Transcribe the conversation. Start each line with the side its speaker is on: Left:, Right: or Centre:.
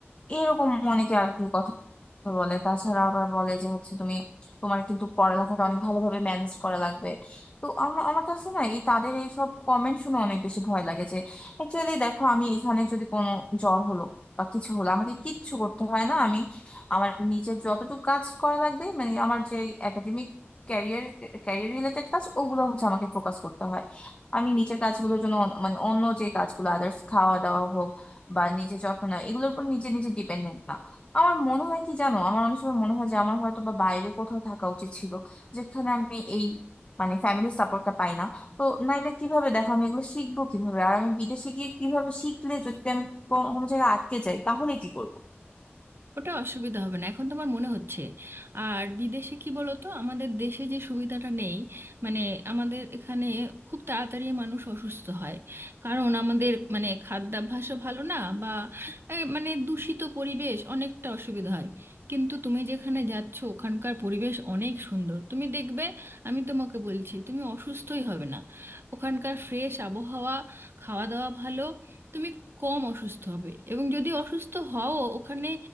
Left: এরকম অনেকে আর কি তো বলে তাছাড়া আবার বলে যে হচ্ছে তুমি তোমার কিন্তু পড়ালেখাটা অনেক ভালোভাবে ম্যানেজ করা লাগবে তো আমা- আমার কাছে না এই তাদের এইসব কমেন্ট শুনে অনেক বেশি ভয় লাগে যে অ্যাকচুয়ালি দেখো আমি এখানে যদি কোনো জ্বর হলো বা কিছু হলো আমাকে কিচ্ছু করতে হয় না আমি আমার নিজের যতটুকু কাজ করা লাগবে মানে আমার যে একাডেমিক ক্যারিয়ার ক্যারিয়ার রিলেটেড কাজ ওগুলো হচ্ছে আমাকে ফোকাস করতে হয় আমি নিজের কাজগুলোর জন্য অন- মানে অন্য যে কাজগুলো আদার্স খাওয়া দাওয়া হোক বা নিজের যত্ন নেওয়া এগুলোর উপর নিজে নিজে ডিপেন্ডেন্ট না আমার মনে হয় কি জানো আমার অনেক সময় মনে হয় যে আমার হয়তো বা বাইরে কোথাও থাকা উচিত ছিল যেখানে আমি এই মানে ফ্যামিলির সাপোর্টটা পাই না তো নাইলে কিভাবে দেখো আমি এগুলো শিখবো কিভাবে আর আমি বিদেশে গিয়ে কিভাবে শিখলে যদি আমি কোনো কোনো জায়গায় আটকে যাই তাহলে কি করবো
Right: ওটা অসুবিধা হবে না এখন তোমার মনে হচ্ছে আর বিদেশে কি বলতো আমাদের দেশে যে সুবিধাটা নেই মানে আমাদের এখানে খুব তাড়াতাড়ি মানুষ অসুস্থ হয় কারণ আমাদের মানে খাদ্যাভ্যাসও ভালো না বা এ, মানে দূষিত পরিবেশ অনেকটা অসুবিধা হয় কিন্তু তুমি যেখানে যাচ্ছ ওখানকার পরিবেশ অনেক সুন্দর তুমি দেখবে আমি তোমাকে বলছি তুমি অসুস্থই হবে না ওখানকার ফ্রেশ আবহাওয়া খাওয়া দাওয়া ভালো তুমি কম অসুস্থ হবে এবং যদি অসুস্থ হও ওখানে